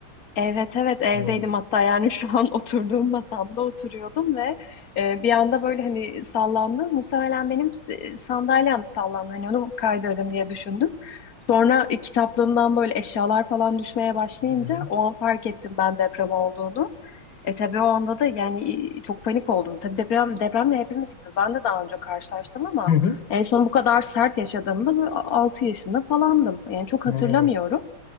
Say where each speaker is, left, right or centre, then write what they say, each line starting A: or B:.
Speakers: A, on the left (about 50°); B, on the left (about 65°).
A: Evet evet evdeydim
B: Hmm.
A: hatta yani şu an <laughs> oturduğum masamda oturuyordum ve e, bir anda böyle hani sallandı. Muhtemelen benim e, sandalyem sallandı hani onu kaydırdım diye düşündüm. Sonra e, kitaplığımdan böyle eşyalar falan düşmeye başlayınca
B: Hı
A: o an fark ettim ben deprem olduğunu. E tabii o anda da yani e, çok panik oldum. Tabii deprem depremle hepimiz gibi ben de daha önce karşılaştım ama
B: hı.
A: en son bu kadar sert yaşadığımda böyle Altı yaşında falandım. Yani çok
B: Hı.
A: hatırlamıyorum.